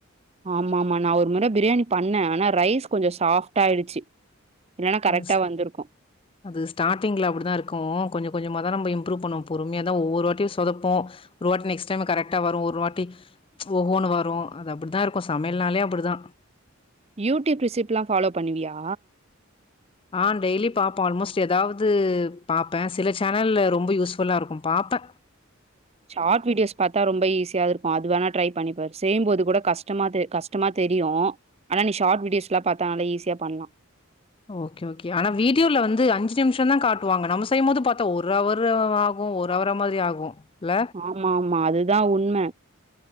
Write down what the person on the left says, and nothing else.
அது
அது ஸ்டார்டிங்ல அப்படிதா இருக்கு கொஞ்ச கொஞ்சமாதா நம்ம இம்ரூவ் பண்ணூ பொறுமையாத ஒவ்வொரு வாட்டியு சொதப்பு ஒரு வாட்டி நெக்ஸ்ட் டைம் கரெக்டா வரு ஒரு வாட்டி ஒவ்வொன்னு வரு அது அப்படிதா இருக்கு சமையல்னாலே அப்டிதா
ஆ டெய்லி பாப்பே ஆல்மோஸ்ட் ஏதாவ்து பாப்பே சில சேனல்ல ரொம்ப யூஸ்ஃபுல்லா இருக்கு பாப்பே
ஓகே ஓகே ஆனா வீடியோல வந்து அஞ்சு நிம்ஷோதா காட்டுவாங்க நம்ம செய்யும்போது பத்தா ஒரு அவரு ஆவு ஒரு அவர மாதிரி ஆகு இல்ல